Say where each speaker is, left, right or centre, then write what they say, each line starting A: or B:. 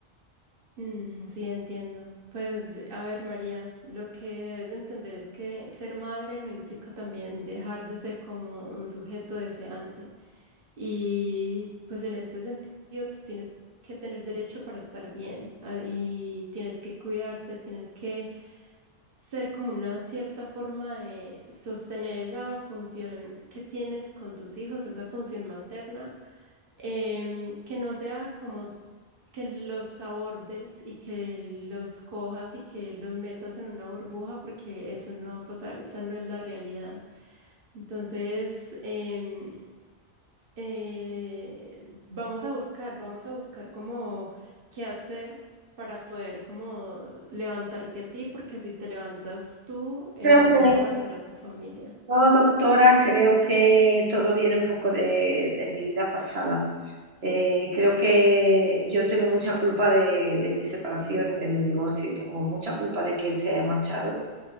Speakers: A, on the right; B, on the right.
A: Mm, sí, entiendo. Pues, a ver, María, lo que debes de entender es que ser madre no implica también dejar de ser como un sujeto deseante. Y pues en ese sentido, tú tienes que tener derecho para estar bien ah, y tienes que cuidarte, tienes que ser como una cierta forma de sostener esa función que tienes con tus hijos, esa función materna, em, que no sea como que los abordes y que los cojas y que los metas en una burbuja, porque eso no va a pasar, esa no es la realidad. Entonces, em, eh, vamos a buscar, vamos a buscar como qué hacer para poder como levantarte a ti, porque si te levantas tú, eh,
B: Creo
A: vas
B: que
A: a levantar a tu familia.
B: Yo, doctora, creo que todo viene un poco de, de mi vida pasada. Eh, creo que yo tengo mucha culpa de, de mi separación, de mi divorcio, y tengo mucha culpa de que él se haya marchado,